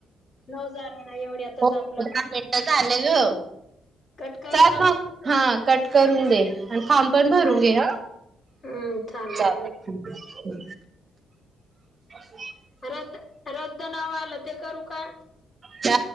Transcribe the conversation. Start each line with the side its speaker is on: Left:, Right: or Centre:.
Left: नऊ जणात एवढ्यातच
Right: हो
Left: आपलं
Right: दहा
Left: बघ
Right: मिनटं झाले ग
Left: कट करू
Right: चाल
Left: का मग
Right: ग हा कट करून दें आणि फार्म पण भरून
Left: चाल
Right: घे
Left: हम्म चालेल
Right: चालल
Left: ठेव
Right: ह <inaudible>
Left: रद्द रद्द नावा आलं ते करू काय?
Right: आ